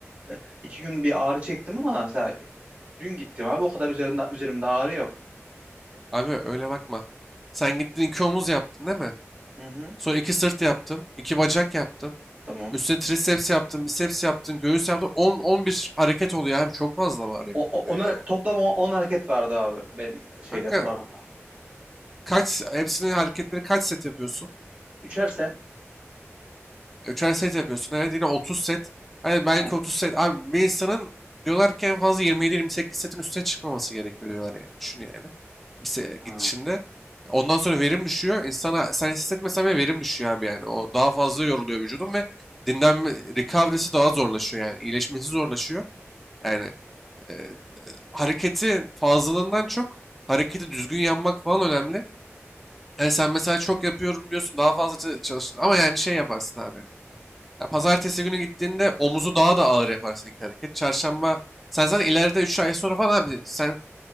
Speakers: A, on the right (about 35°); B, in the centre.
A: e, iki gün bir ağrı çektim ama mesela dün gittim abi o kadar üzerinde üzerimde ağrı yok.
B: abi öyle bakma. Sen gittin iki omuz yaptın değil mi?
A: Hı hı.
B: Sonra iki sırt yaptın, iki bacak yaptın.
A: Tamam.
B: Üstüne triceps yaptın, biceps yaptın, göğüs yaptın. 10-11 hareket oluyor abi. Çok fazla var- hareket
A: O,
B: oluyor
A: o, on,
B: yani.
A: hare- toplam 10 hareket vardı abi benim şeyde
B: Kanka
A: programda.
B: kaç hepsini hareketleri kaç set yapıyorsun?
A: Üçer sen.
B: Üçer set yapıyorsun. Evet yine 30 set. Hani belki
A: Ha,
B: 30 set. Abi bir insanın diyorlar ki en fazla 27-28 setin üstüne çıkmaması gerekiyor diyorlar yani. Düşün yani. Bir se- gidişinde.
A: ha,
B: Ondan sonra verim düşüyor. İnsana sen hissetmesen bile verim düşüyor abi yani. O daha fazla yoruluyor vücudun ve dinlenme recovery'si daha zorlaşıyor yani. İyileşmesi zorlaşıyor. Yani e, hareketin fazlalığından çok hareketi düzgün yapmak falan önemli. Yani sen mesela çok yapıyorum diyorsun daha fazla ça- çalıştın ama yani şey yaparsın abi. Ya pazartesi günü gittiğinde omuzu daha da ağır yaparsın iki hareket. Çarşamba sen zaten ileride 3 ay sonra falan abi sen